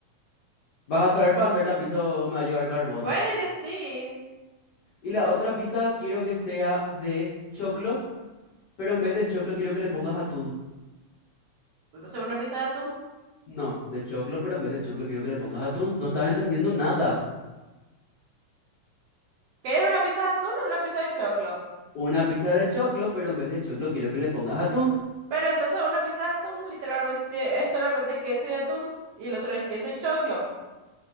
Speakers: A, on the left; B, on the right.
A: ¿Vas a saber para hacer la pizza o me va a llegar carbón?
B: Bueno, y de sí.
A: Y la otra pizza quiero que sea de choclo, pero en vez de choclo quiero que le pongas atún.
B: Entonces, una pizza de atún.
A: No, de choclo, pero en vez de choclo quiero que le pongas atún. No estás entendiendo nada.
B: ¿Quieres una pizza de atún o una pizza de choclo?
A: Una pizza de choclo, pero en vez de choclo quiero que le pongas atún.
B: Pero entonces una pizza de atún literalmente tie- es solamente queso y atún y el otro es queso y choclo.